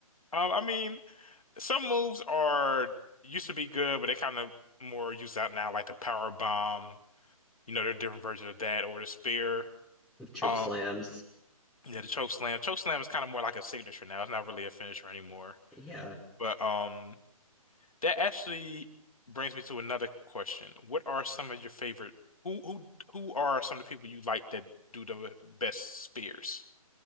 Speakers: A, on the left (about 70°); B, in the centre.
A: Um I mean some moves are used to be good, but they kind of more used out now, like the power bomb. You know, there are different versions of that or the spear.
B: Choke
A: Um,
B: slams.
A: yeah, the choke slam. Choke slam is kind of more like a signature now. It's not really a finisher anymore.
B: Yeah.
A: But um, that actually brings me to another question. What are some of your favorite? Who who who are some of the people you like that do the best spears?